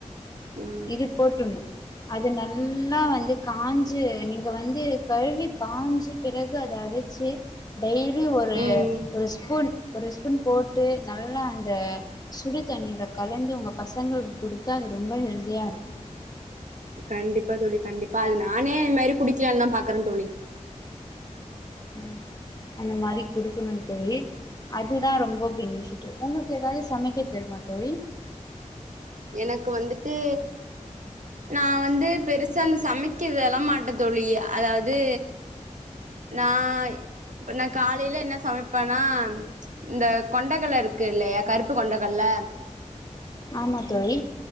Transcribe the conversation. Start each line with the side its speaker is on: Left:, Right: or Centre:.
Right: ம்
Left: இது போட்டுணும். அது நல்லா வந்து காஞ்சு நீங்க வந்து கழுவி காஞ்சு பிறகு அத அரிச்சு டெய்லி ஒரு
Right: ம்
Left: ஒரு ஸ்பூன் ஒரு ஸ்பூன் போட்டு நல்லா அந்த சுடு தண்ணில கலந்து உங்க பசங்களுக்கு கொடுத்தா அது ரொம்ப ஹெல்தியா இருக்கு
Right: கண்டிப்பா தோழி கண்டிப்பா அது நானே இது மாதிரி குடிக்கலானு தா பாக்குறே தோழி.
Left: ம் அந்த மாரி கொடுக்கணுனு தோழி அதுதா ரொம்ப பெனிஃபிட் உங்க ஏதாவது சமைக்க தெருமா தோழி.
Right: எனக்கு வந்துட்டு நா வந்து பெருசா அந்த சமைக் க்கு இதுல்லா மாட்டே தோழி அதாவது நா இப் நா காலையில என்ன சமைப்பேன்னா இந்த கொண்டைகல்ல இருக்கு இல்லையா கருப்பு கொண்டகல்ல
Left: ஆமா தோழி.